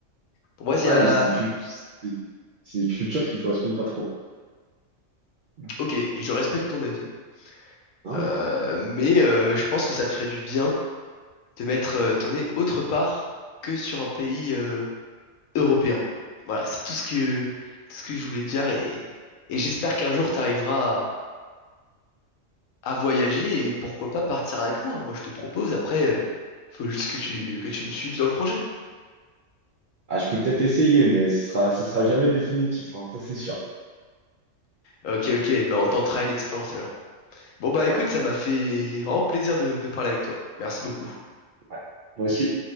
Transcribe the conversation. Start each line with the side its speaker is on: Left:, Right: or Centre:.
Left: Pour moi, il y
Right: Ouais,
Left: a,
Right: mais c'est des cultes, c'est c'est des cultures qui me correspondent pas trop. Non,
Left: ok, et je respecte ton avis,
Right: non,
Left: euh,
Right: mais
Left: mais euh, je pense que ça te ferait du bien de mettre euh, ton nez autre part que sur un pays euh, européen. Voilà, c'est tout ce que, tout ce que je voulais te dire et, et j'espère qu'un jour
Right: ouais.
Left: tu arriveras à, à voyager et pourquoi pas partir avec moi. Moi, je te propose, après, euh, faut juste que tu, que tu me suives dans le projet.
Right: Ah, je peux peut-être essayer, mais ce sera, ce sera jamais définitif, hein, ça, c'est sûr.
Left: Ok, ok, bah on tentera une expérience alors. Bon, bah
Right: Ouais,
Left: écoute, ça m'a fait vraiment plaisir de, de parler avec toi. Merci beaucoup.
Right: ouais. Moi aussi,